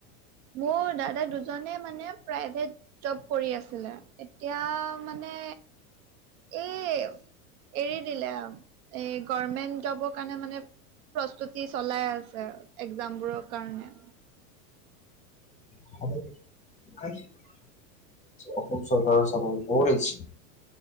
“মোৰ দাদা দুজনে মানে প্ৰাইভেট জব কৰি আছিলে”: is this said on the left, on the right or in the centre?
Right